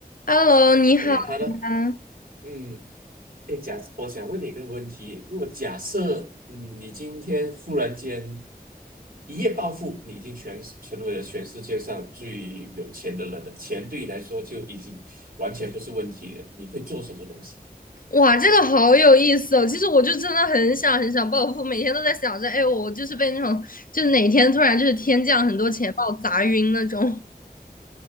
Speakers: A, on the left; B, on the right.
A: Hello，你好
B: 诶，好的，
A: 啊！
B: 嗯，哎，假，我想问你一个问题，如果假设，嗯，你今天忽然间一夜暴富，你已经全成为了全世界上最有钱的人了，钱对你来说就已经完全不是问题了，你会做什么东西？
A: 哇，这个好有意思哦。其实我就真的很想很想暴富，每天都在想着，哎，我就是被那种，就是哪天突然就是天降很多钱把我砸晕那种，